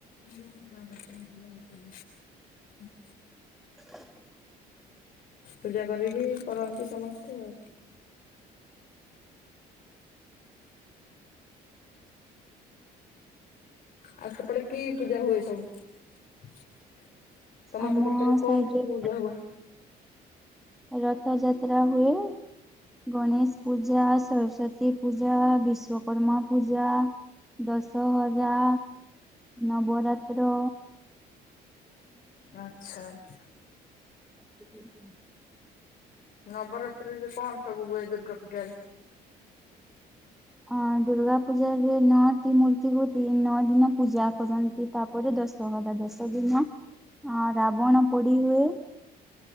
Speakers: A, on the left (about 55°); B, in the centre.
A: <unintelligible>
B: <unintelligible> <inaudible>
A: ପୂଜା କରିକି, କରନ୍ତି ସମସ୍ତେ ଆଉ ଆଉ ସେପଟେ କି ପୂଜା ହୁଏ ସବୁ? ତମର
B: ଆମ
A: ସେପଟେ ତାହେଲେ କଣ
B: ସାଇଡରେ
A: ସବୁ ପୂଜା ହୁଏ?
B: ରଥ ଯାତ୍ରା ହୁଏ, ଗଣେଶ ପୂଜା, ସରସ୍ଵତୀ ପୂଜା, ବିଶ୍ୱକର୍ମା ପୂଜା, ଦଶହରା ନବରାତ୍ର
A: ଆଛା ଆଛା।
B: କ <inaudible>
A: ନବରାତ୍ରିରେ କଣ ସବୁ ହୁଏ ଦୁର୍ଗା ପୂଜାରେ?
B: ଅଁ, ଦୂର୍ଗା ପୂଜାରେ ନଅଟି ମୂର୍ତ୍ତିକୁ ତିନି ନଅ ଦିନ ପୂଜା କରନ୍ତି, ତାପରେ ଦଶ ଦଶହରା ଦଶ ଦିନ, ଅ ରାବଣ ପୋଡି ହୁଏ।